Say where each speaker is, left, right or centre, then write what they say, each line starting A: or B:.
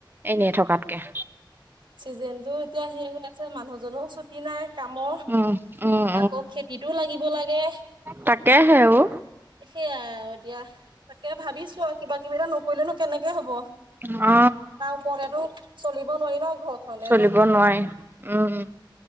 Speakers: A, on the right; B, on the right.
A: এনে থকাতকে।
B: চিজন টো এতিয়া সে হৈ আছে, মানুহ জোও ছুটি নাই কামৰ।
A: উম, উম,
B: আকৌ খেতিতটোও লাগিব লাগে।
A: তাকে আহে অ,
B: সেইয়াই আৰু এ দিয়া তাকে ভাবিছো আৰু কিবা কিবি এটা নকৰিলেনো কেনেকে হ'ব।
A: অ,
B: তো চলিব নোৱাৰি ন ঘৰখনে।
A: চলিব নোৱাৰি উম, উম,